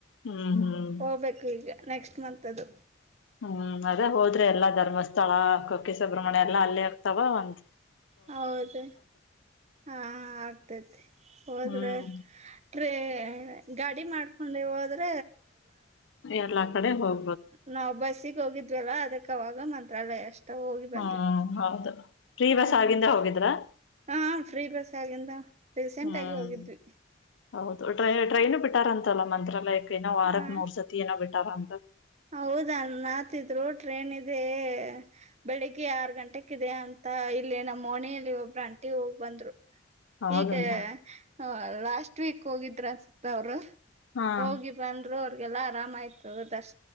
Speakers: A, on the left (about 70°); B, on the right (about 35°).
A: ಹ್ಮ್ ಹ್ಮ್
B: ಹೋಗ್ಬೇಕು ಈಗ ನೆಕ್ಸ್ಟ್ ನಂತದು
A: ಹ್ಮು ಅದೇ ಹೋದ್ರೆ ಎಲ್ಲಾ ಧರ್ಮಸ್ಥಳ ಕ ಕ್ಕೆ ಸುಬ್ರಹ್ಮಣ್ಯ ಎಲ್ಲ ಅಲ್ಲೇ ಆಗ್ತಾವ ಅಂತ
B: ಹೌದು ಹಾ ಆಗ್ತತಿ ಹೋದ್ರ
A: ಹ್ಮ್
B: ಟ್ರೈನ್ ಎ ಗಾಡಿ ಮಾಡ್ಕೊಂಡೇ ಹೊದ್ರ
A: ಎಲ್ಲಾ ಕಡೆ ಹೋಗ
B: ನಾವ ಬಸ್ಸಿಗ್ ಹೋಗಿದ್ವೆಲ್ಲ. ಅದಕ್ಕ ಅವಾಗ ಮಂತ್ರಾಲಯ ಅಷ್ ತ್ತ್ ಹೋಗಿ ಬಂದ್ವಿ
A: ಹ್ಮ್ ಹೌದು ಫ್ರೀ
B: ಹ್ಮು
A: ಬಸ್ ಆಗಿಂದ ಹೋಗಿದ್ರ
B: ಹಾ ಫ್ರೀ ಬಸ್ ಆಗಿಂದ ರೀಸೆಂಟ್
A: ಹ್ಮ್
B: ಆಗಿ ಹೋಗಿದ್ವಿ.
A: ಹೌದು ಟ್ರೈನು ಬಿಟ್ಟಾರ್ ಅಂತಲ್ಲ ಮಂತ್ರಾಲಯ ಕೆ. ಏನೋ ವಾರಕಮೂರ್
B: ಹ
A: ಮೂರ್ಸತಿ ಏ ಬಿಟ್ಟಾರ ತ್ತ <unintelligible>
B: ಹೌದ ನತಿದ್ರು ಟ್ರೇನ್ ಇದೆ ಬೆಳಿಗ್ಗೆ ಆರ್ ಗಂಟೆಕ್ ಇದೆ ಅಂತ ಇಲ್ಲಿ ನಮ್ಮ ಮೋನೆಯಲ್ಲಿ ಒಬ್ರ ಅಂಟಿ ಹೋಗ್ ಬಂದ್ರು.
A: ಹೌದಲ್ಲ
B: ಈಗ ಹ ಲಾಸ್ಟ್ ವೀಕ್ ಹೋಗಿದ್ರ ಅನ್ಸುತ್ತ ಅವರು.
A: ಹಾ
B: ಹೋಗಿ ಬಂದರು ಅವ್ರಿ ಎಲ್ಲಾ ಆರಾಮಯ್ತು ದರ್ಶ